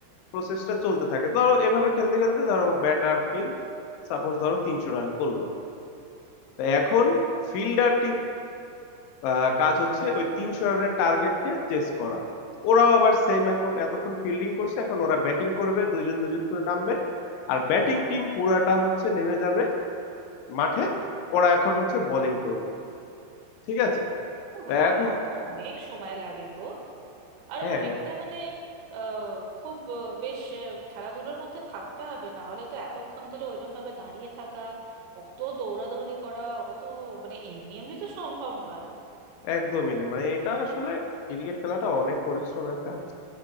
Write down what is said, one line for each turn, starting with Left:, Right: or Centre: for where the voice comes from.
Left: প্রসেসটা চলতে থাকে ধরো এভাবে খেলতে খেলতে ধরো ব্যাটার টিম সাপোজ ধরো তিনশো রান করলো তো এখন ফিল্ডার আহ, কাজ হচ্ছে ওই তিনশো রানের টার্গেটকে চেস করা ওরাও আবার সেম এখন এতক্ষণ ফিল্ডিং করছে এখন ওরা ব্যাটিং করবে দুইজন দুইজন করে নামবে আর ব্যাটিং টিম পুরাটা হচ্ছে নেমে যাবে মাঠে ওরা এখন হচ্ছে বোলিং করবে ঠিক আছে
Right: ও
Left: তো
Right: বাবা
Left: এখন
Right: এ তো অনেক সময় লাগে গো আর
Left: হ্যাঁ
Right: অনেকটা মানে আহ, খুব আহ, বেশ আহ, খেলাধুলোর মধ্যে থাকতে হবে না হলে তো এতক্ষণ ধরে ওইরকম ভাবে দাঁড়িয়ে থাকা অত দৌড়াদৌড়ি করা ওটা তো মানে এমনি এমনি তো সম্ভব নয়
Left: একদমই না মানে এটা আসলে ক্রিকেট খেলাটা অনেক পরিশ্রমের কাজ